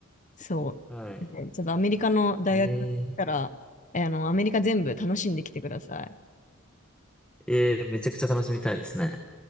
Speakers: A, on the left; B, in the centre.
A: そ
B: はい。
A: う。ねちょっとアメリカの大学行ったら、
B: ええ
A: えあの、アメリカ全部楽しんできてください。
B: ええめちゃくちゃ楽しみたいですね。